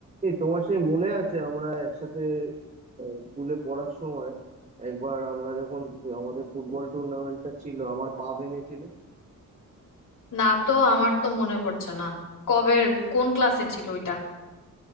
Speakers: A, on the right; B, on the left.
A: এই তোমার সে মনে আছে আমরা একসাথে আহ, স্কুলে পড়ার সময় একবার আমরা যখন আমাদের ফুটবল টুর্নামেন্টটা ছিল আমার পা ভেঙেছিল
B: না তো আমার তো মনে পড়ছে না কবের কোন ক্লাসে ছিল ওইটা